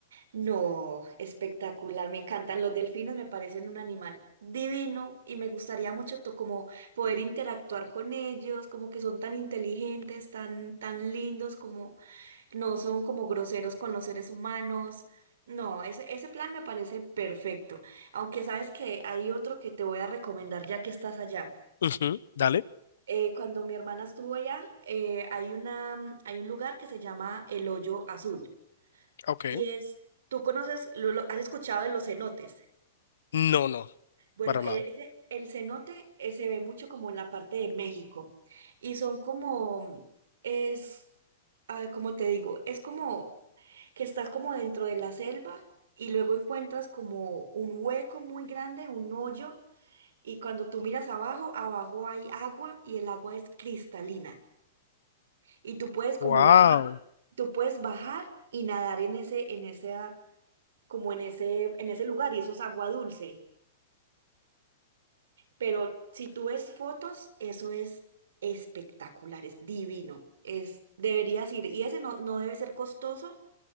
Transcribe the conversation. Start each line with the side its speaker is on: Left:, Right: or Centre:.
Right: No, espectacular, me encantan. Los delfines me parecen un animal divino y me gustaría mucho to- como poder interactuar con ellos, como que son tan inteligentes, tan, tan lindos, como no son como groseros con los seres humanos. No, ese, ese plan me parece perfecto. Aunque sabes que hay otro que te voy a recomendar ya que estás allá.
Left: Ujú, Dale.
Right: Eh, cuando mi hermana estuvo allá, eh, hay una, hay un lugar que se llama El Hoyo Azul.
Left: Ok.
Right: Y es, tú conoces, lo, lo- has escuchado de los cenotes.
Left: No, no,
Right: Bueno,
Left: para
Right: e-
Left: nada.
Right: ese- el cenote eh, se ve mucho como en la parte de México. Y son como, es, ah, como te digo, es como que estás como dentro de la selva y luego encuentras como un hueco muy grande, un hoyo. Y cuando tú miras abajo, abajo hay agua y el agua es cristalina. Y tú puedes como
Left: Wow.
Right: bajar, tú puedes bajar y nadar en ese, en ese como en ese, en ese lugar y eso es agua dulce. Pero si tú ves fotos, eso es espectacular, es divino. Es, deberías ir. Y ese no, no debe ser costoso